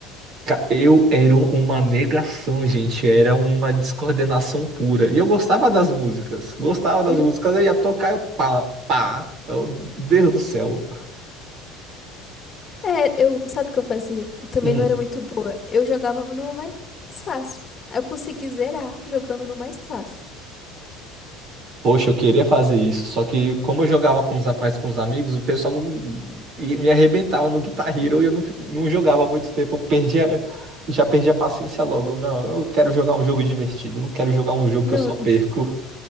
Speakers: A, on the right (about 45°); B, on the left (about 20°).
A: Ca- Eu era um- uma negação, gente. Era uma descoordenação pura. E eu gostava das músicas. Gostava das
B: Uhum.
A: músicas. Eu ia tocar, eu pá, pá. Eu, Deus do céu.
B: É, eu, sabe o que eu fazia? Também
A: Hum,
B: não era muito boa. Eu jogava no mais fácil. Aí eu consegui zerar jogando no mais fácil.
A: poxa, eu queria fazer isso. Só que, como eu jogava com os a- mais com os amigos, o pessoal e- me arrebentava no Guitar Hero e eu não, fi- não jogava há muito tempo. Eu perdia, já perdi a paciência logo. Eu, Não, eu quero jogar um jogo divertido. Não quero jogar um jogo
B: Não,
A: que eu só perco.
B: <laughs>